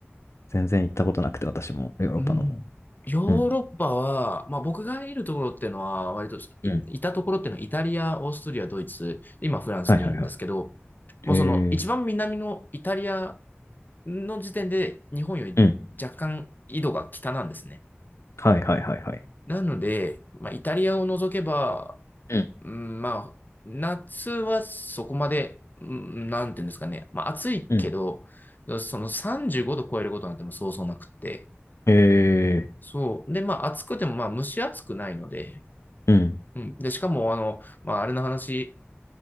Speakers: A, on the left (about 75°); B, on the left (about 40°).
A: 全然行ったことなくて、私もヨーロッパの方。
B: うん。ヨーロッパは、
A: うん。
B: まあ僕がいるところっていうのは、割と、いいたところっていうのはイタリア、
A: うん。
B: オーストリア、ドイツ、今フランスにいるんですけど、
A: はいはいは
B: もうその一番南のイタリア
A: い。へ
B: の時点で日本より若干緯度が北なんですね。
A: え。はいはいはいはい。
B: なので、まあ、イタリアを除けば、
A: うん
B: うん、まあ、夏はそこまで、うん、なんていうんですかね。まあ、暑いけど、
A: うん
B: その35度超えることなんてもうそうそうなくって。
A: えー。
B: そう。で、まあ、暑くても、まあ、蒸し暑くないので、
A: うん
B: うん。で、しかも、あの、まあ、あれの話、